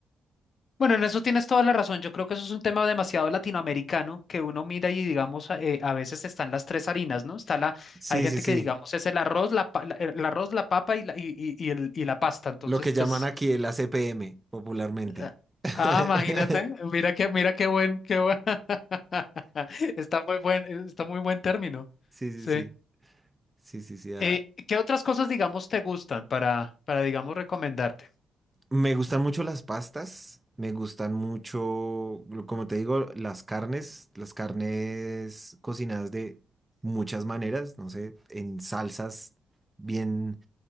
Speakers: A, on the left; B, on the right.
A: Bueno, en eso tienes toda la razón. Yo creo que eso es un tema demasiado latinoamericano que uno mira y digamos, a eh, a veces están las tres harinas, ¿no? Está la,
B: Sí,
A: hay gente
B: sí, sí.
A: que digamos es el arroz, la, pa- la- el arroz, la papa y la, y, y- y el- y la pasta. Entonces,
B: Lo que
A: pues,
B: llaman aquí el ACPM, popularmente.
A: ah,
B: <laughs>
A: ah, imagínate, mira qué, mira qué buen, qué buen, <laughs> está muy buen, eh, está muy buen término.
B: Sí, sí,
A: Sí.
B: sí. Sí, sí, sí. ah.
A: Eh, ¿qué otras cosas, digamos, te gustan para, para, digamos, recomendarte?
B: Me gustan mucho las pastas. Me gustan mucho, lo- como te digo, las carnes. Las carnes cocinadas de muchas maneras, no sé, en salsas bien